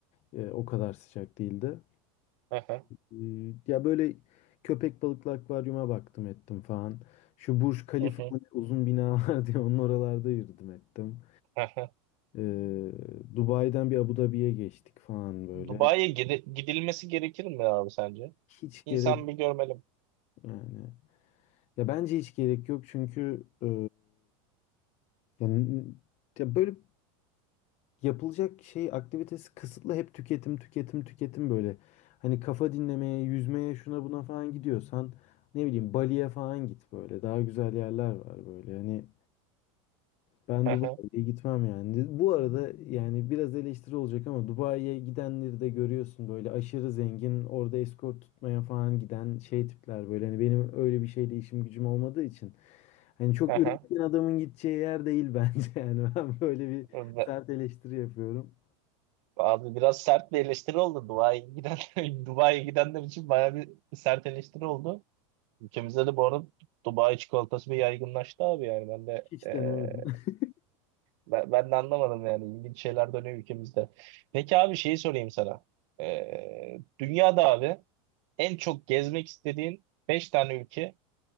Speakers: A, on the left (about 40°); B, on the right (about 60°).
A: e, o kadar sıcak değildi.
B: Hı hı,
A: E, ya böyle köpek balıklı akvaryuma baktım ettim falan. Şu Burj Khalifa
B: hı hı,
A: mı ne uzun bina <laughs> var diye onun oralarda yürüdüm ettim.
B: hı hı.
A: E, Dubai'den bir Abu Dhabi'ye geçtik falan böyle.
B: Dubai'ye gidi- gidilmesi gerekir mi abi sence?
A: Hiç
B: İnsan
A: gerek
B: bir görmeli.
A: Yani ya bence hiç gerek yok çünkü e, yani ya böyle yapılacak şey aktivitesi kısıtlı hep tüketim tüketim tüketim böyle. Hani kafa dinlemeye, yüzmeye, şuna buna falan gidiyorsan ne bileyim Bali'ye falan git böyle. Daha güzel yerler var böyle. Hani Ben
B: Hı
A: Dubai'ye
B: hı,
A: gitmem yani. Bu arada yani biraz eleştiri olacak ama Dubai'ye gidenleri de görüyorsun böyle aşırı zengin, orada eskort tutmaya falan giden şey tipler böyle. Hani benim öyle bir şeyle işim gücüm olmadığı için. Hani çok
B: hı
A: üretken
B: hı.
A: adamın gideceği yer değil bence <laughs> yani. Ben böyle bir
B: Ve-
A: sert eleştiri yapıyorum.
B: Abi biraz sert bir eleştiri oldu Dubai'ye giden <laughs> Dubai'ye gidenler için bayağı bir sert eleştiri oldu. Ülkemizde de bu arada Dubai çikolatası bir yaygınlaştı abi yani ben de
A: Hiç
B: eee,
A: denemedim. <laughs>
B: ben, ben de anlamadım yani ilginç şeyler dönüyor ülkemizde. Peki abi şeyi sorayım sana. Eee, dünyada abi en çok gezmek istediğin 5 tane ülke